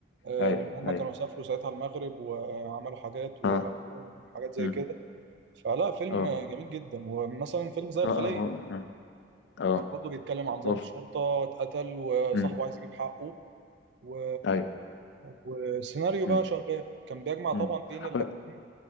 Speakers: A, on the right (about 65°); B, on the left (about 75°).
A: آه
B: ايوه
A: وان هم
B: ايوه
A: كانوا سافروا ساعتها المغرب وعملوا حاجات وحاجات
B: اه
A: زي
B: مم.
A: كده فلا فيلم
B: اه
A: جميل جدا ومثلا فيلم زي
B: اه
A: الخليه
B: اه اه اه آه.
A: كان برضه بيتكلم عن ضابط
B: أوف.
A: شرطه اتقتل وصاحبه
B: مم.
A: عايز يجيب حقه و...
B: ايوه
A: وسيناريو بقى
B: مم.
A: شغال كان بيجمع طبعا
B: مم.
A: بين
B: هو-
A: الأكشن